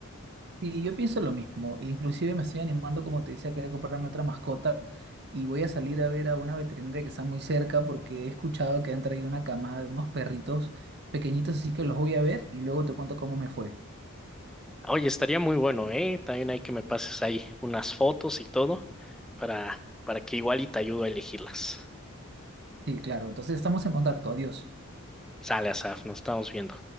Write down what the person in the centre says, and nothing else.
Oye, estaría muy bueno, ¿eh? También hay que me pases ahí unas fotos y todo para, para que igual y te ayudo a elegirlas.
Sale, Asaf, nos estamos viendo.